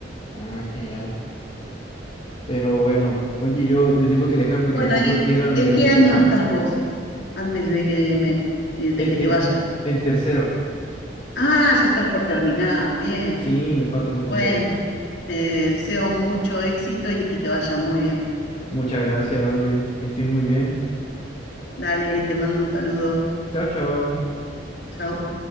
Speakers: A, on the left; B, on the left.
A: Ah, genial. Pero bueno, oye, yo te tengo que dejar porque
B: Bueno,
A: me tengo
B: ¿y
A: que ir a la universidad.
B: en qué año estás vos antes de que me, eh, de
A: En,
B: que
A: en,
B: te vayas?
A: en tercero.
B: Ah, ya estás por terminar. Bien.
A: Sí, me falta poquito.
B: Bueno, te deseo mucho éxito y que te vaya muy bien.
A: Muchas gracias, oye, que estés muy bien.
B: Dale, te mando un saludo.
A: Chao, chao.
B: Chao.